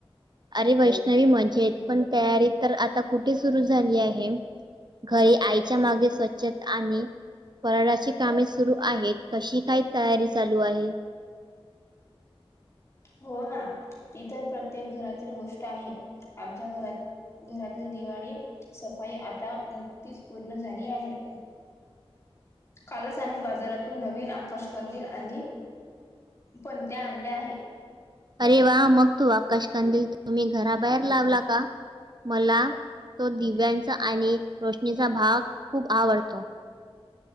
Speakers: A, on the right; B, on the left.
A: अरे वैष्णवी मजेत पण तयारी तर आता कुठे सुरू झाली आहे. घरी आईच्या मागे स्वच्छता‌ आम्ही फराळाची कामे सुरू आहेत कशी काय तयारी चालू आहे?
B: हो ना ती तर प्रत्येक घरातील गोष्ट आहे आमच्या घरात घरातली दिवाळी सफाई आता नुकतीच पूर्ण झाली आहे. कालच आम्ही बाजारातून नवीन आकाश कंदील आणि पणत्या आणल्या आहे.
A: अरे वा मग तू आकाश कंदील तुम्ही घराबाहेर लावला का? मला तो दिव्यांचा आणि रोशनीचा भाग खूप आवडतो.